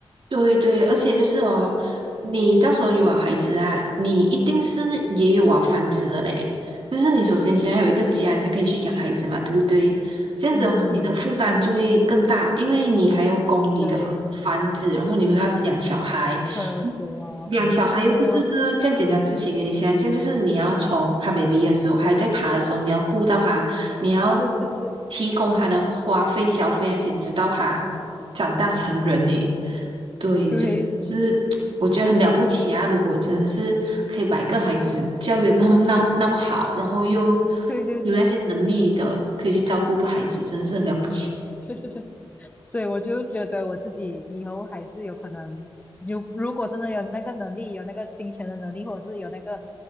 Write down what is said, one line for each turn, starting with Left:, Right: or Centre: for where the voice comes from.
Right: 对对，而且就是哦，你到时候有了孩子啊，你一定是也有啊房子的嘞。就是你首先先要有一个家，你才可以去养孩子嘛，对不对？这样子的话，
Left: 嗯，
Right: 你的负担就会更大，因为你还要供你的房子，
Left: 对哦，
Right: 然后你又要养小孩，
Left: 车子啊什么，
Right: 养小孩又不是个这样简单的事情诶，
Left: 对哦，
Right: 你想一下，就是你要从他 baby 的时候，还在爬的时候，你要顾到他，你要
Left: 是是是，
Right: 提供他的花费、消费那些，直到他长大成人呢。对，
Left: 对
Right: 就真的是我觉得很了不起啊！如果真的是可以把一个孩子教育得那么那那么好，然后又
Left: 对对对，
Right: 有那些能力的，可以去照顾一个孩子，真的是很了不起。
Left: <laughs> 是是是。所以我就觉得我自己以后还是有可能，如如果真的有那个能力，有那个金钱的能力，或者是有那个